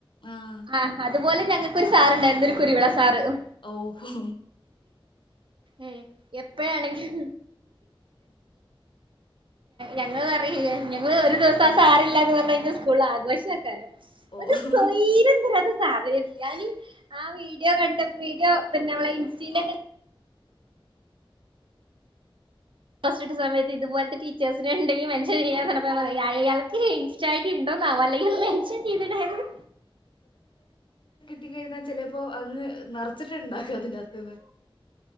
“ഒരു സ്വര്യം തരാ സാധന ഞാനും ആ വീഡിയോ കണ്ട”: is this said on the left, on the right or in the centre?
Right